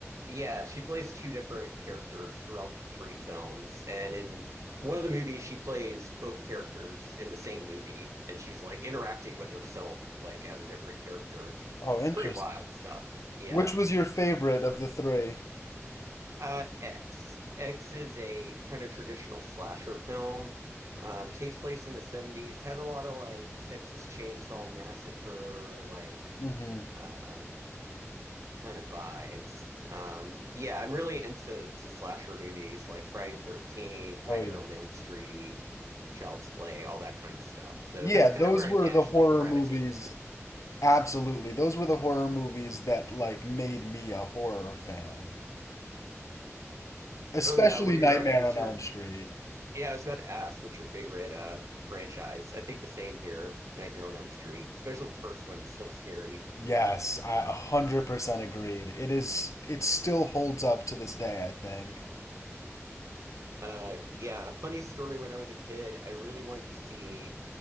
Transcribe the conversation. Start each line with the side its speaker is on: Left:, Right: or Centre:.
Right: Yeah, she plays two different characters throughout the three films, and in one of the movies, she plays both characters in the same movie, and she's like interacting with herself like as a different character.
Left: Oh,
Right: It's
Left: interesting.
Right: pretty wild stuff. Yeah.
Left: Which was your favorite of the three?
Right: Uh, X. X is a kind of traditional slasher film. Um, takes place in the 70s. Had a lot of like Texas Chainsaw Massacre, like
Left: Mm-hmm.
Right: uh, kind of vibes. Um, yeah, I'm really into to slasher movies like Friday the 13th, Nightmare
Left: Oh yeah.
Right: on Elm Street, Child's Play, all that kind of stuff. So
Left: Yeah,
Right: that's kind
Left: those
Right: of where I
Left: were
Right: naturally
Left: the horror
Right: gravitate
Left: movies.
Right: to.
Left: Absolutely. Those were the horror movies that like made me a horror fan. Especially
Right: Oh yeah, what are
Left: Nightmare
Right: your uh, what's
Left: on Elm
Right: your
Left: Street.
Right: Yeah, I was about to ask, what's your favorite uh franchise? I think the same here, Nightmare on Elm Street, especially the first one, still scary.
Left: Yes, I 100% agreed. It is it still holds up to this day, I think.
Right: Uh, yeah, funny story. When I was a kid, I really wanted to see